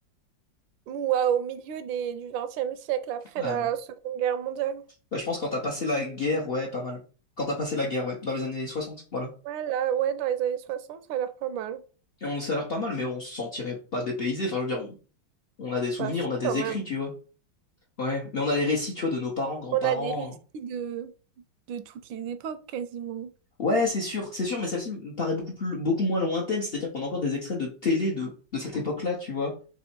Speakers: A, on the right; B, on the left.
A: Ou euh, au milieu des, du XXe siècle, après
B: Euh,
A: la Seconde Guerre mondiale?
B: bah, je pense quand t'as passé la guerre, ouais, pas mal. Quand t'as passé la guerre, ouais, dans les années 60 voilà.
A: Ouais, là, ouais, dans les années 60, ça a l'air pas mal.
B: Et on, ça a l'air pas mal, mais on se sentirait pas dépaysé. Enfin, je veux dire, on, on a des souvenirs,
A: Bah si,
B: on a des
A: quand même.
B: écrits, tu vois. Ouais, mais on a les récits, tu vois, de nos parents, grands-parents.
A: On a des récits de, de toutes les époques quasiment.
B: Ouais, c'est sûr, c'est sûr, mais celle-ci me paraît beaucoup plus, beaucoup moins lointaine. C'est-à-dire qu'on a encore des extraits de télé de, de cette époque-là, tu vois.